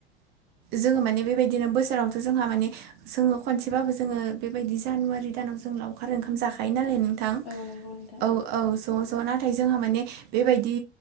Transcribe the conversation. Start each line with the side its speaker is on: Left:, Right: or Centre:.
Right: जोङो माने बेबायदिनो बोसोरावथ' जोंहा माने जोङो खनसेबाबो जोङो बेबायदि जानुवारि दानाव जों लाउखार ओंखाम जाखायो नालाय नों थां।
Left: औ नंगौ नोंथां
Right: औ, औ, ज' ज' नाथाय जोंहा माने बेबायदि